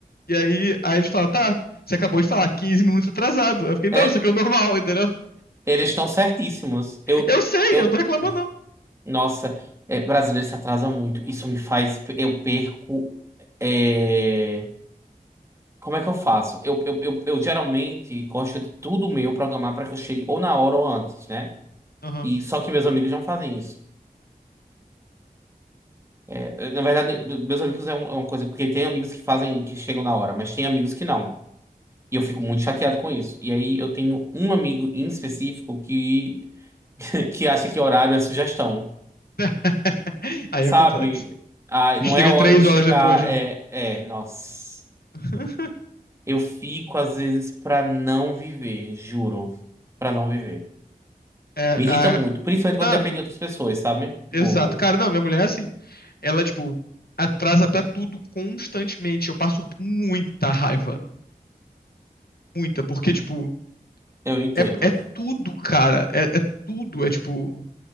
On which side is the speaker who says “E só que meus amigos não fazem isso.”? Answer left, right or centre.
Right